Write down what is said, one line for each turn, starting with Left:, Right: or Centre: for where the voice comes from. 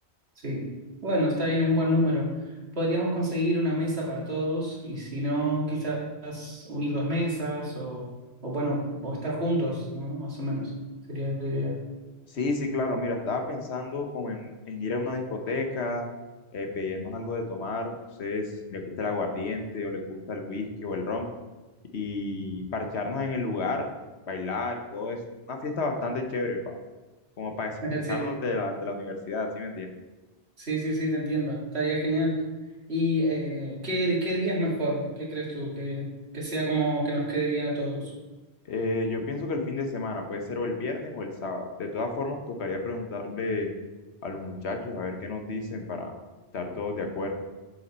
Right: sí. Bueno, está bien, es un buen número. Podríamos conseguir una mesa para todos y si no, quizás unir dos mesas o, o bueno, o estar juntos, ¿no? Más o menos, sería la idea.
Left: Sí, sí, claro, mira, estaba pensando como en, en ir a una discoteca, eh, pedirnos algo de tomar, no sé si le gusta el aguardiente o le gusta el whisky o el ron, y parcharnos en el lugar, bailar y todo eso. Una fiesta bastante chévere, pa, como para desestresarnos
Right: <laughs> Sí.
Left: de la, de la universidad, ¿sí me entiendes?
Right: Sí, sí, sí, te entiendo. Estaría genial. ¿Y eh, qué, qué día es mejor? ¿Qué crees tú? Que, que sea como que nos quede bien a todos.
Left: Eh, yo pienso que el fin de semana puede ser o el viernes o el sábado. De todas formas, tocaría preguntarle a los muchachos a ver qué nos dicen para estar todos de acuerdo.